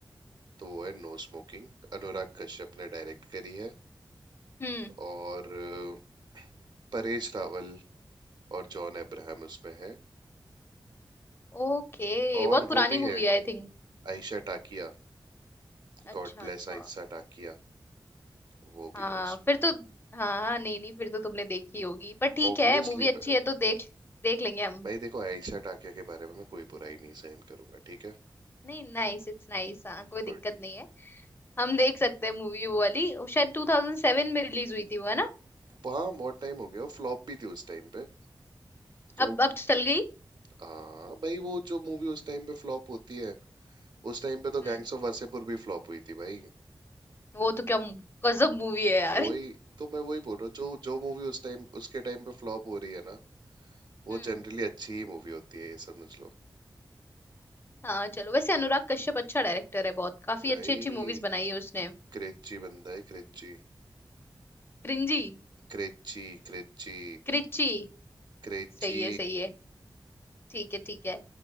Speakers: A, on the right; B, on the left.
A: तो वो है नो स्मोकिंग अनुराग कश्यप ने डायरेक्ट करी है
B: हम्म
A: और अ, परेश रावल और जॉन अब्राहम उसमें है
B: ओके
A: और
B: बहुत पुरानी
A: वो भी है
B: मूवी है आई थिंक
A: आयशा टाकिया
B: अच्छा
A: God bless
B: अच्छा
A: Ayesha Takia वो भी
B: हाँ
A: है उसमें
B: फिर तो हाँ हाँ नहीं नहीं फिर तो तुमने देखी होगी पर ठीक
A: ऑब्वियसली
B: है मूवी अच्छी
A: भाई
B: है तो देख देख लेंगे हम
A: देखो आयशा टाकिया के बारे में मैं कोई बुराई नहीं सहन करूंगा ठीक है
B: नहीं नाइस इट्स नाइस हाँ कोई
A: गुड
B: दिक्कत नहीं है हम देख सकते हैं मूवी वो वाली वो शायद 2007 में रिलीज हुई थी वो है ना
A: वहाँ बहुत टाइम हो गया फ्लॉप भी थी उस टाइम पे तो
B: अब अब चल गई
A: हाँ भाई वो जो मूवी उस टाइम पे फ्लॉप होती है उस टाइम पे तो
B: हम्म
A: गैंग्स ऑफ वासेपुर भी फ्लॉप हुई थी भाई
B: वो तो क्या मु- गजब मूवी है यार
A: वही तो मैं वही बोल रहा हूँ जो जो मूवी उस टाइम उसके टाइम पे फ्लॉप हो रही है ना वो
B: हम्म
A: जनरली अच्छी ही मूवी होती है ये समझ लो
B: हाँ चलो वैसे अनुराग कश्यप अच्छा डायरेक्टर है बहुत काफी
A: भाई
B: अच्छी अच्छी मूवीज बनाई है उसने
A: क्रेची बंदा है क्रेची
B: क्रिंजी
A: Creche creche
B: क्रिची
A: क्रेची
B: सही है सही है ठीक है ठीक है